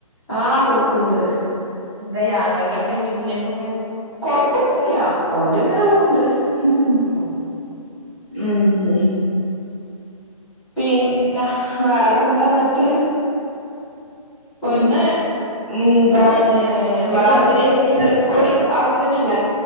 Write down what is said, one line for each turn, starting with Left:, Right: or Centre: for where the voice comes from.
Centre: ആഹ് പോക്ക്ണ്ട്
Right: എന്തായി ആങ്ങളടൊക്കെ ബിസിനസൊക്കെ
Centre: കൊപ്പൊന്നുല്ല ഓന്റെ ഇങ്ങനെ പോണ്ട് ഉഹും
Right: അങ്ങനെ
Centre: ഉം ഹും പിന്നെ വേറെന്താന്നിട്ട് പെണ്ണ്
Right: ഉം
Centre: ഉംന്താണ്
Right: ഇനി
Centre: വളാഞ്ചേര്യാ
Right: പ്ലസ് ടു
Centre: അല്ല സ്കൂളിന് ആവിടെ തന്നെല്ലെ